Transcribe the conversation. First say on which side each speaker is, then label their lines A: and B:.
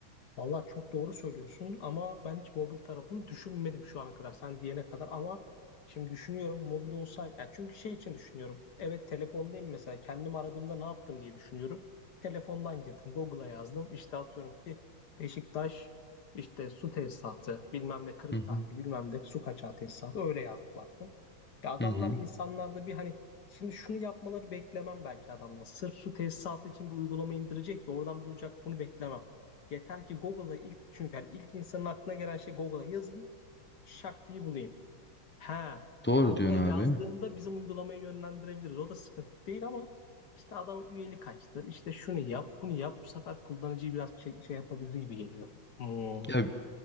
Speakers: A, on the left (about 55°); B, on the left (about 15°).
A: Vallahi çok doğru söylüyorsun ama ben hiç mobil tarafını düşünmedim şu ana kadar sen diyene kadar ama şimdi düşünüyorum mobil olsaydı yani çünkü şey için düşünüyorum evet telefondayım mesela kendim aradığımda ne yaptım diye düşünüyorum telefondan girdim Google'a yazdım işte atıyorum ki Beşiktaş işte su tesisatı bilmem ne kırık
B: Hı hı.
A: tamir bilmem ne su kaçağı tesisatı öyle yazdım baktım ya adamlar
B: Hı hı.
A: insanlarda bir hani Şimdi şunu yapmaları beklemem belki adamdan. Sırf su tesisatı için bir uygulama indirecek de oradan bulacak bunu beklemem. Yeter ki Google'a ilk çünkü yani ilk insanın aklına gelen şey Google'a yazayım, şak diye bulayım. Ha,
B: Doğru
A: Google'a
B: diyorsun
A: yazdığında
B: abi.
A: bizim uygulamayı yönlendirebiliriz. O da sıkıntı değil ama işte adam üyeli kaçtır. İşte şunu yap, bunu yap. Bu sefer kullanıcıyı biraz şey, şey yapabilir gibi geliyor. Hmm,
B: Ya